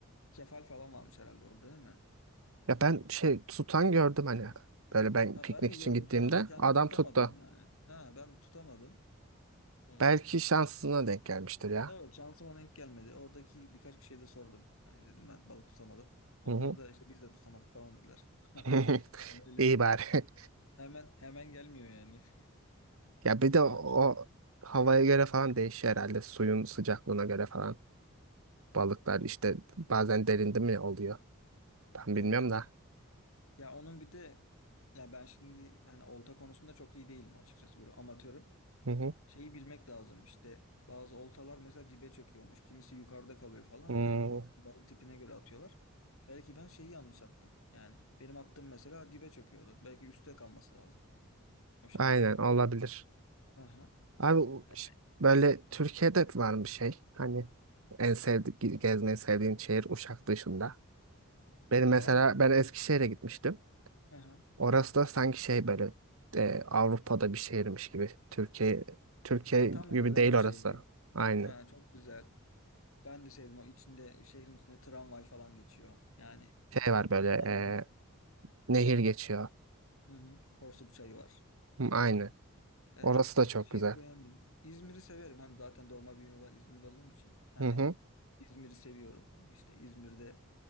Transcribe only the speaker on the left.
Kefal falan varmış herhalde orada değil mi?
Ha
ben de gördüm
tutan da kendim
tutamadım
yani. Ha ben tutamadım. Ee,
evet şansıma denk gelmedi. Oradaki birkaç kişiye de sordum. Hani dedim ben balık tutamadım. Onlar
da işte biz de tutamadık falan dediler. <laughs>
Yani öyle
hemen hemen gelmiyor yani. <laughs>
Ama
kim?
Hı hı.
Evet.
Ya onun bir de ya ben şimdi hani olta konusunda çok iyi değilim açıkçası böyle amatörüm.
şeyi bilmek lazım işte bazı oltalar mesela dibe çöküyormuş kimisi yukarıda kalıyor falan
ya oradaki balık tipine göre atıyorlar. Belki ben şeyi yanlış attım yani benim attığım mesela dibe çöküyordu belki üstte kalması lazım o şamandıranın.
Hı hı.
E,
Yani
hı hı.
Ya tam
bir öğrenci
şehri.
Ha çok güzel. Ben de sevdim o içinde şehrin içinde tramvay falan geçiyor. Yani
beğendim.
Hı hı. Porsuk çayı var.
Evet,
Eskişehir'i
beğendim. İzmir'i severim. Hani zaten doğma büyüme ben İzmirli olduğum için. Hani
İzmir'i seviyorum. İşte İzmir'de